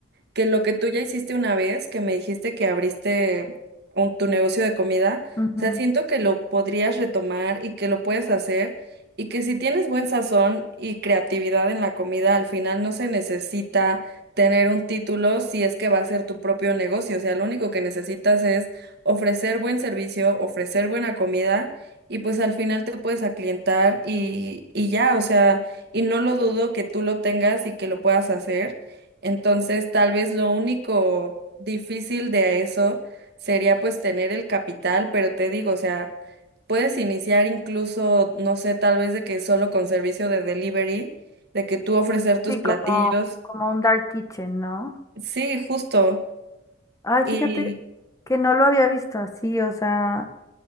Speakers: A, on the right; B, on the left.
A: que lo que tú ya hiciste una vez, que me dijiste que abriste un, tu negocio de comida,
B: Ujú.
A: o sea, siento que lo podrías retomar y que lo puedes hacer y que si tienes buen sazón y creatividad en la comida, al final no se necesita tener un título si es que va a ser tu propio negocio, o sea, lo único que necesitas es ofrecer buen servicio, ofrecer buena comida y pues al final te puedes aclientar y, y ya, o sea, y no lo dudo que tú lo tengas y que lo puedas hacer. Entonces, tal vez lo único difícil de eso sería pues tener el capital, pero te digo, o sea, puedes iniciar incluso, no sé, tal vez de que solo con servicio de delivery, de que tú ofrecer tus
B: Sí,
A: platillos.
B: como, como un dark kitchen, ¿no?
A: Sí, justo.
B: Ay,
A: Y
B: fíjate que no lo había visto así, o sea...